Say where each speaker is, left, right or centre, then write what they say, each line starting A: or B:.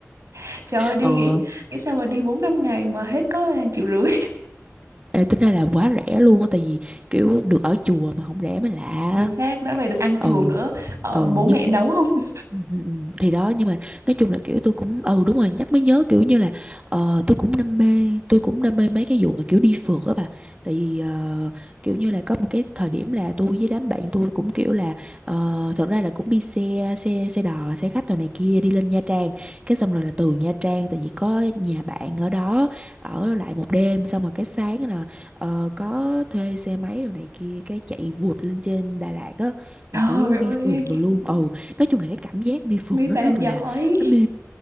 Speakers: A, on the right; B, on the right.
A: <laughs> trời ơi đi
B: ờ
A: nghĩ nghĩ sao mà đi bốn năm ngày mà hết có ờ, triệu rưỡi
B: ê tính ra là quá rẻ luôn á tại vì kiểu được ở chùa mà không rẻ mới lạ
A: <laughs> chính xác đã vậy được ăn chuồng
B: ừ
A: nữa ở
B: ừ
A: bố
B: nhưng
A: mẹ nấu không
B: ừ, ừ, ừ. thì đó nhưng mà nói chung là kiểu tôi cũng ừ đúng rồi nhắc mới nhớ kiểu như là ờ, tôi cũng đam mê tôi cũng đam mê mấy cái vụ mà kiểu đi phượt á bà tại vì ờ, kiểu như là có một cái thời điểm là tôi với đám bạn tôi cũng kiểu là ờ, thật ra là cũng đi xe xe xe đò xe khách rồi này kia đi lên Nha Trang cái xong rồi là từ Nha Trang tại vì có nhà bạn ở đó ở lại một đêm xong rồi cái sáng là ờ, có thuê xe máy rồi này kia cái chạy vụt lên trên Đà Lạt á
A: <laughs> trời
B: mà kiểu đi
A: ơi
B: phượt đồ luôn ừ nói chung là cái cảm giác đi phượt
A: mấy bà
B: nó rất
A: giỏi
B: là nó mê